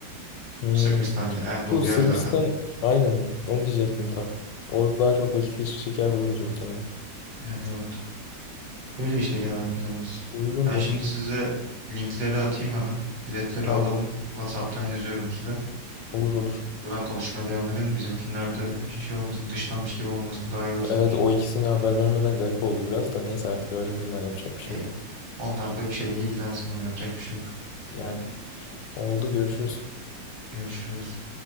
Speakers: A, on the left (about 80°); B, on the right (about 65°).
A: Hmm.
B: Sırbistan en dolu
A: Bu Sırbistan
B: yer zaten.
A: aynen onu diyecektim tam. Orada daha çok vakit geçirecek yer buluruz muhtemelen.
B: Yani evet. Böyle işte genel planımız.
A: Uygundur.
B: Ben şimdi size linkleri atayım hemen. Biletleri
A: Tamam.
B: alalım. WhatsApp'tan yazıyorum size.
A: Olur olur.
B: Buradan konuşmaya devam edelim. Bizimkinler de şey olmasın, dışlanmış gibi olmasın, dahil olsunlar.
A: Evet o ikisini haber vermeden garip oldu biraz da neyse artık öğrenirler yapacak bir şey
B: E,
A: yok.
B: onlar da bir şeyle ilgilensin ama yapacak bir şey yok.
A: Yani oldu görüşürüz.
B: Görüşürüz.